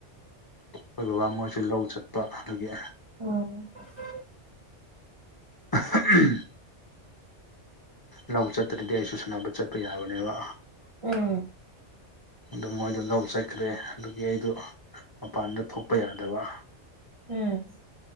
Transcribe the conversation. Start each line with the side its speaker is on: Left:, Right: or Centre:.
Left: ꯑꯩꯈꯣꯏ ꯕꯕꯥ ꯃꯣꯏꯁꯨ ꯂꯧ ꯆꯠꯄ ꯑꯗꯨꯒꯤ
Right: ꯑꯣ
Left: <unintelligible> ꯂꯧ ꯆꯠꯇ꯭ꯔꯗꯤ ꯑꯩꯁꯨ ꯁꯥꯟꯅꯕ ꯆꯠꯄ ꯌꯥꯕꯅꯦꯕ
Right: ꯎꯝ
Left: ꯑꯗꯨ ꯃꯣꯏꯗꯣ ꯂꯧ ꯆꯠꯈ꯭ꯔꯦ ꯑꯗꯨꯒꯤ ꯑꯩꯗꯣ ꯃꯄꯥꯟꯗ ꯊꯣꯛꯄ ꯌꯥꯗꯕ
Right: ꯎꯝ